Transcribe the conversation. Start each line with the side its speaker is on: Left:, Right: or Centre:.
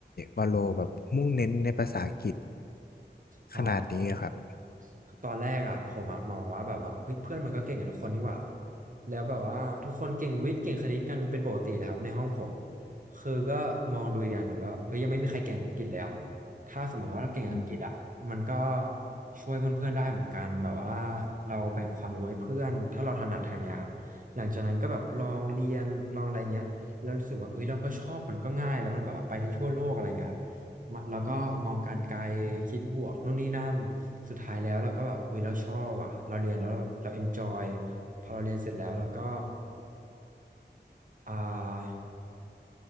Left: วาโลแบบมุ่งเน้นในภาษาอังกฤษ
Right: พอ
Left: ขนาดนี้อะครับ
Right: คือตอนแรกอ่ะผมอะมองว่าแบบว่าเฮ้ยเพื่อนมันก็เก่งกันทุกคนนี่หว่าแล้วแบบว่าทุกคนเก่งวิทย์เก่งคณิตกันเป็นปกติเลยครับในห้องผมคือก็มองดูอีกอย่างหนึ่งว่าเอ้ยยังไม่มีใครเก่งอังกฤษเลยอ่ะถ้าสมมติว่าเราเก่งอังกฤษอ่ะมันก็
Left: อืม
Right: ช่วยเพื่อนๆได้เหมือนกันแบบว่าเราแบ่งความรู้ให้เพื่อนถ้าเราถนัดทางเนี้ยครับหลังจากนั้นก็แบบลองเรียนลองอะไรเงี้ยแล้วรู้สึกว่าเฮ้ยเราก็ชอบมันก็ง่ายแล้วมันแบบว่าไปได้ทั่วโลกอะไรเงี้ยครับ มาแล้วก็มองการไกลคิดบวกนู่นนี่นั่นสุดท้ายแล้วเราก็แบบเฮ้ยเราชอบอ่ะเราเรียนแล้วเราเราเอนจอยพอเราเรียนเสร็จแล้วเราก็อ่า